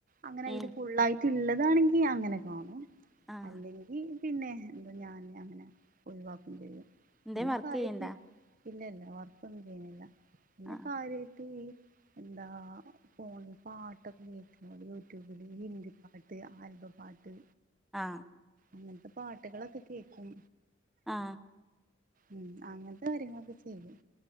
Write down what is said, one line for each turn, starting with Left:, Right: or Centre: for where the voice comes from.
Right: അങ്ങനെ അയില്
Centre: ഉം
Right: ഫുള്ളായിട്ട്ള്ളതാണെങ്കി അങ്ങനെ കാണും
Centre: ആഹ്
Right: അല്ലെങ്കി പിന്നെ എന്തോ ഞാന് അങ്ങനെ ഒഴിവാക്കും ചെയ്യും
Centre: എന്തേം
Right: പിന്നെ
Centre: വർക്ക്
Right: കാര്യട്ട്
Centre: ചെയ്യണ്ടാ
Right: ഇല്ല ഇല്ല വർക്കൊന്നുംചെയ്യുന്നില്ല പിന്നെ
Centre: ആഹ്
Right: കാര്യയിട്ട് ഈ എന്താ ഫോണിൽ പാട്ടൊക്കെ കേക്കല് യൂട്യൂബില് ഹിന്ദി പാട്ട് ആൽബം പാട്ട്
Centre: ആഹ്
Right: അങ്ങനത്തെ പാട്ടുകളൊക്കെ കേക്കും
Centre: ആഹ്
Right: ഉം അങ്ങനത്തെ കാര്യങ്ങളൊക്കെ ചെയ്യും